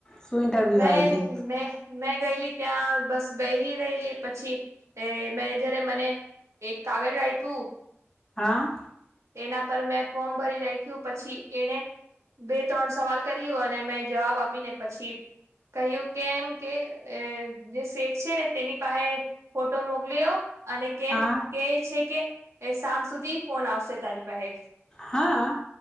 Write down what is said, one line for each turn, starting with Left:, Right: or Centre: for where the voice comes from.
Left: શું ઇન્ટરવ્યૂ
Right: મેં
Left: આપી
Right: મે મેં ગયેલી ત્યાં બસ બેહી રહેલી પછી એ મેનેજરે મને એક કાગળ આપ્યું.
Left: હા.
Right: એના પર મેં ફોર્મ ભરી રાખ્યું પછી એને બે ત્રણ સવાલ કર્યો અને મેં જવાબ આપીને પછી કહ્યું કેમ કે જે શેખ છે, ને તેની પાહે ફોટો મોકલીયો અને કેમ
Left: હા
Right: કેય છે, કે સામ સુધી ફોન આવશે તારી પાહે
Left: હા